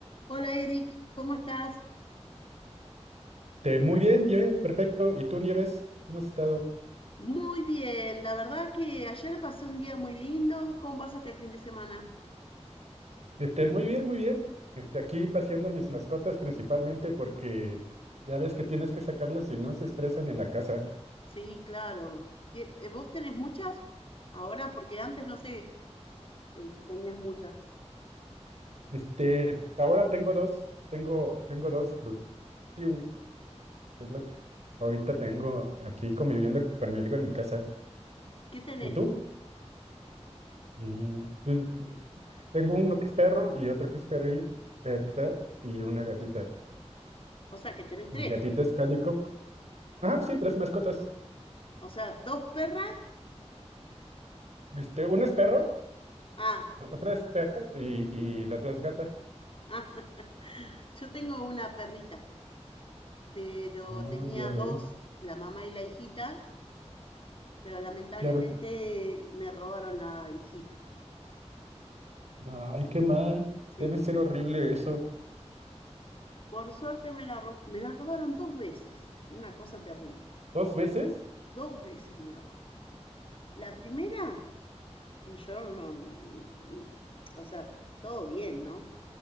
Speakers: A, on the left; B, on the right.
A: Hola Eric, ¿cómo estás?
B: Este, muy bien, bien, perfecto. ¿Y tú, Nieves? ¿Cómo has estado?
A: Muy bien, la verdad que ayer pasé un día muy lindo. ¿Cómo pasaste el fin de semana?
B: Este, muy bien, muy bien. Este, aquí paseando mis mascotas principalmente porque ya ves que tienes que sacarlas si no se estresan en la casa.
A: Sí, claro. Ti- eh, ¿Vos tenés muchas ahora? Porque antes no sé eh, si tenías muchas.
B: Este, ahora tengo dos, tengo, tengo dos, dos y un, es lo que ahorita tengo aquí conviviendo conmigo en mi casa.
A: ¿Qué tenés?
B: ¿Y tú? Mm, pues, tengo uno que es perro y otro que es perri, perrita y una gatita.
A: O sea, que tenés tres.
B: Mi gatita es cálico. Ah, sí, tres mascotas.
A: O sea, dos perras.
B: Este, uno es perro.
A: Ah,
B: Otra es perra y, y la otra es gata.
A: ah, <laughs> yo tengo una perrita, pero
B: Oh,
A: tenía
B: ya
A: dos,
B: veo.
A: la mamá y la hijita, pero lamentablemente
B: Claro.
A: me robaron la hijita.
B: Ay, qué mal.
A: Sí.
B: Debe ser horrible eso.
A: Por suerte me la, ro- me la robaron dos veces, una cosa terrible.
B: ¿Dos veces?
A: Dos veces me la robaron. La primera, yo no, no- mm, o sea, todo bien, ¿no?